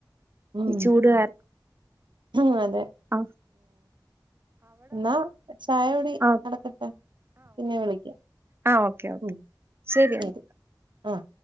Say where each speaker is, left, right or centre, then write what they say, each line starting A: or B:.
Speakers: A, on the right; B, on the right.
A: ഉം
B: ഈ ചൂട്
A: ഉം അതെ
B: അ
A: ന്നാ ചായകുടി
B: ആ
A: നടക്കട്ടെ പിന്നെ വിളിക്കാം
B: ആഹ് ഓക്കെ ഓക്കെ
A: ഉം
B: ശരിന്നാ
A: ശരി ആഹ്